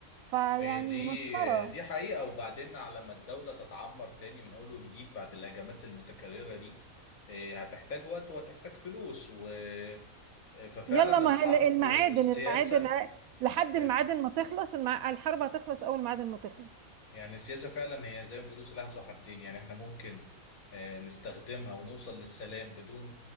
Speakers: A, on the right; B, on the left.
A: فيعني
B: هي دي
A: مسخرة
B: دي حقيقة وبعدين على ما الدولة تتعمر تاني من أول وجديد بعد الهجمات المتكررة دي إيه، هتحتاج وقت وهتحتاج فلوس و... آه، ففعلا
A: يلا ما
B: الحرب
A: هي المعادن
B: والسياسة
A: المعادن ه- لحد
B: يعني
A: المعادن ما تخلص المع... الحرب هتخلص اول معادن ما تخلص
B: يعني السياسة فعلا هي زي ما بيقولوا سلاح ذو حدين يعني احنا ممكن آه، نستخدمها ونوصل للسلام بدون